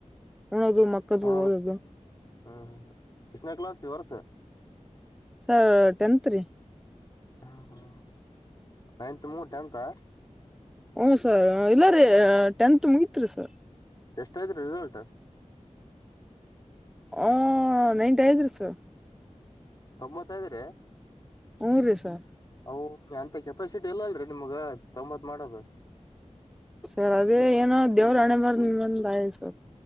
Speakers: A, in the centre; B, on the left.
A: ಉಣೋದು ಮಕ್ಕದು
B: ಉಣದು
A: ಓದೋದು.
B: ಹ್ಮ್ ಹ್ಮ ಎಷ್ಟ್ ನೇ ಕ್ಲಾಸ್ ಈ ವರ್ಷ್
A: ಸಾ ಟೆಂತ್ ರೀ
B: ಹಾ ಹ್ಮ ನೈತ್ ಮುಗದ್ ಟೆಂತ್ ಹ
A: ಹ್ಞ ಸರ್ ಇಲ್ಲ ರೀ ಟೆಂತ್ ಮುಗಿತ್ತ್ ರಿ ಸರ್
B: ಎಷ್ಟ ಆಯ್ತಾ ರಿ ರಿಸಲ್ಟ್.
A: ಹ ನೈಟಿ ಆಯ್ತಾ ರಿ ಸರ್
B: ತೊಂಬತ್ತಐದ ರಿ
A: ಹು ರೀ ಸರ್
B: ಓ ಅಂತ ಕೆಪಾಸಿಟಿ ಇಲ್ಲ ಅಲ್ರರಿ ನಿಮ್ಗ ತೊಂಬತ್ ಮಾಡೋದು
A: ಸರ್ ಅದೇ ಏನೋ ದೇವ್ರು ಹಣೆ ಬರದಿಂದ್ ಆಯ್ತಾ